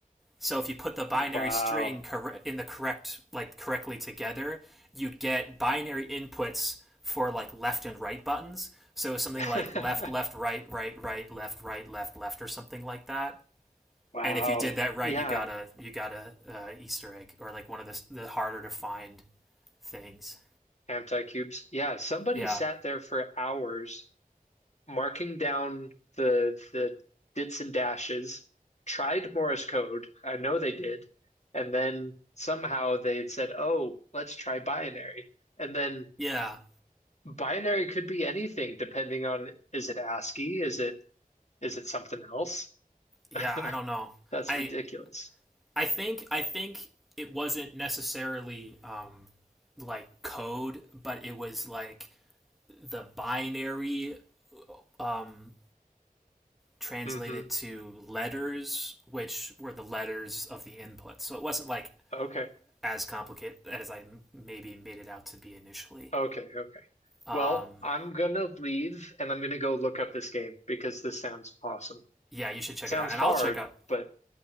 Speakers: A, in the centre; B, on the left.
A: So if you put the binary
B: Wow.
A: string corre- in the correct like correctly together, you'd get binary inputs for like left and right buttons. So something
B: <laughs>
A: like left, left, right, right, right, left, right, left, left, or something like that.
B: Wow.
A: And if you did that right,
B: Yeah.
A: you got a you got a uh, Easter egg or like one of the the harder to find things.
B: Anti-cubes. Yeah, somebody
A: Yeah,
B: sat there for hours marking down the the dits and dashes, tried Morse code. I know they did, and then somehow they said, "Oh, let's try binary." And then
A: yeah,
B: binary could be anything depending on is it ASCII? Is it is it something else?
A: yeah. I don't
B: <laughs>
A: know.
B: That's
A: I
B: ridiculous.
A: I think I think it wasn't necessarily um, like code, but it was like the binary um, translated
B: hmm
A: to letters, which were the letters of the input. So it wasn't like
B: Okay.
A: as complicated as I maybe made it out to be initially.
B: Okay. Okay.
A: Um,
B: Well, I'm gonna leave and I'm gonna go look up this game because this sounds awesome.
A: yeah, you should check
B: Sounds
A: it out, and
B: hard,
A: I'll check out.
B: but